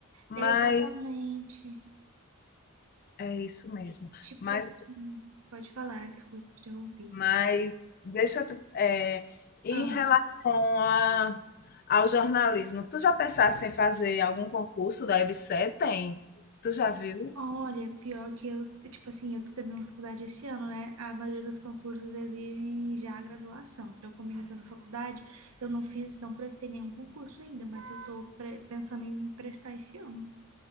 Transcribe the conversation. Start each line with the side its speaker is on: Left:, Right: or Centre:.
Left: Mas
Right: exatamente.
Left: é isso mesmo.
Right: Tipo
Left: Mas,
Right: assim, pode falar, desculpa te ouvir.
Left: mas deixa eu, te- é, em
Right: Ah,
Left: relação a, ao jornalismo, tu já pensaste em fazer algum concurso da EBSERH? Tem. Tu já viu?
Right: Olha, pior que eu, tipo assim, eu tô terminando a faculdade esse ano, né? A maioria dos concursos exigem já a graduação. Então, como eu ainda tô na faculdade, eu não fiz, não prestei nenhum concurso ainda, mas eu tô pre- pensando em prestar esse ano.